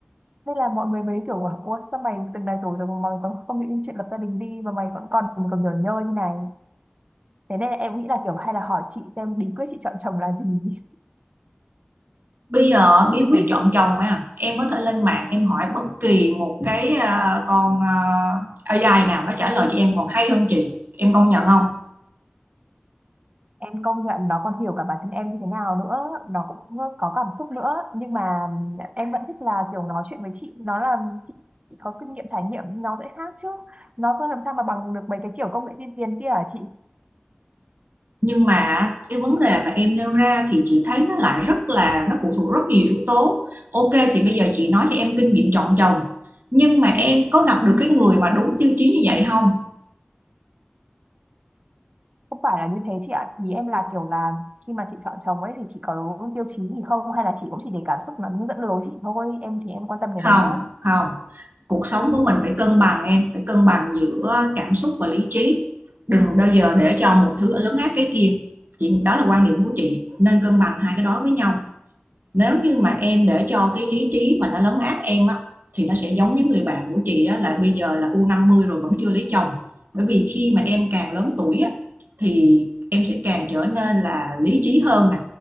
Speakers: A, on the right (about 35°); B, on the right (about 55°).
A: nên là mọi người mới kiểu bảo, ủa sao mày từng này rồi rồi mà mày còn không nghĩ đến chuyện lập gia đình đi mà mày vẫn còn còn nhờ nhơ như này thế nên em nghĩ là kiểu hay là hỏi chị xem bí quyết chị chọn chồng là gì <laughs>
B: bây giờ bí
A: để
B: quyết chọn chồng mà em có thể lên mạng em hỏi bất kỳ một cái à, con à, AI nào nó trả lời cho em còn hay hơn chị em công nhận không
A: em công nhận nó còn hiểu cả bản thân em như thế nào nữa nó cũng có cảm xúc nữa nhưng mà em vẫn thích là kiểu nói chuyện với chị nó là chị có kinh nghiệm trải nghiệm nó sẽ khác chứ nó không làm sao mà bằng được mấy cái kiểu công nghệ tiên tiến kia hả chị
B: nhưng mà cái vấn đề mà em nêu ra thì chị thấy nó lại rất là nó phụ thuộc rất nhiều yếu tố ok thì bây giờ chị nói cho em kinh nghiệm chọn chồng nhưng mà em có gặp được cái người mà đúng tiêu chí như vậy không
A: không phải là như thế chị ạ ý em là kiểu là khi mà chị chọn chồng ấy thì chị có tiêu chí gì không hay là chị cũng chỉ để cảm xúc nó dẫn lối chị thôi em thì em quan tâm cái
B: không
A: đấy á
B: không cuộc sống của mình phải cân bằng em phải cân bằng giữa cảm xúc và lý trí đừng bao giờ để cho một thứ lớn áp cái kia chị đó là quan điểm của chị nên cân bằng hai cái đó với nhau nếu như mà em để cho cái lý trí mà nó lấn át em á thì nó sẽ giống những người bạn của chị đó là bây giờ là u năm mươi rồi vẫn chưa lấy chồng bởi vì khi mà em càng lớn tuổi á thì em sẽ càng trở nên là lý trí hơn nè